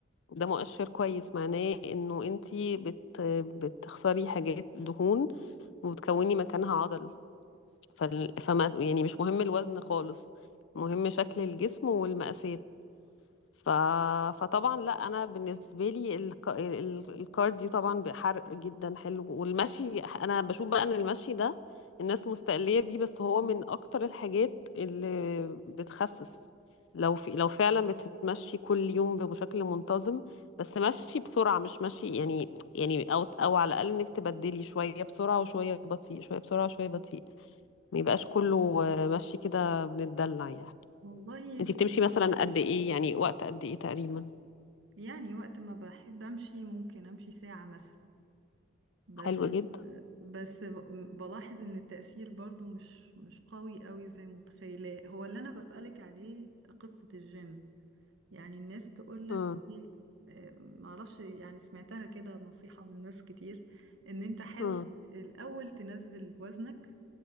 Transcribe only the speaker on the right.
والله
يعني وقت ما بحب امشي ممكن امشي ساعة مثلا بس
بس بلاحظ ان التأثير برضو مش مش قوي قوي زي متخيلة هو اللي انا بسألك عليه قصة الجيم يعني الناس تقولك
ايه آه، معرفش يعني سمعتها كده نصيحة من ناس كتير ان انت حاول
الاول تنزل وزنك